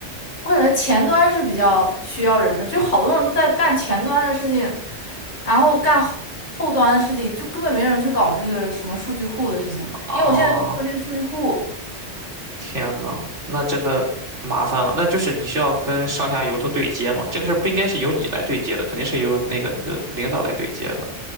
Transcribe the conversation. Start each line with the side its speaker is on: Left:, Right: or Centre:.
Left: 我感觉前端是比较需要人的，就好多人都在干前端的事情，然后干后后端的事情，就根本没人去搞那个什么数据库的事情。
Right: 啊，
Left: 因为我现在在做那个数据库，
Right: 天呐，那真的麻烦了。那就是你需要跟上下游都对接嘛，这个事儿不应该是由你来对接的，肯定是由那个你的领导来对接的。